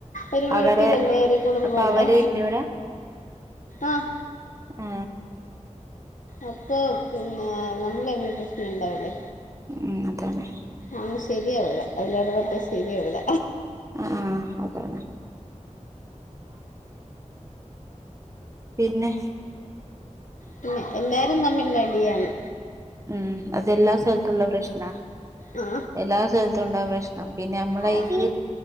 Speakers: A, on the left; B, on the right.
A: ഒരു വീട്ടിലല്ലേ
B: അവരെ
A: ഒരു കുടുംബമുള്ളെ
B: അപ്പൊ അവരെ ഇല്ലോട
A: ആഹ്
B: ആ
A: അപ്പൊ പിന്നെ നമ്മള എങ്ങനും പ്രശ്നുണ്ടാവലേ
B: ഉ അതതെ
A: ആ ശരിയാവിട അതില ഇടപട്ട ശരിയാവിട
B: ആഹ അതാണ്ണ പിന്നെ
A: പിെ എല്ലാരും തമ്മിൽ നടടിയാണ്
B: ഉം അതെല്ലാ സ്ഥലത്തുംള്ള പ്രശ്ന
A: ആ
B: എല്ലാ സ്ഥലത്തുംണ്ട പ്രശ്നം പിന്നെ നമ്മളറ
A: ആ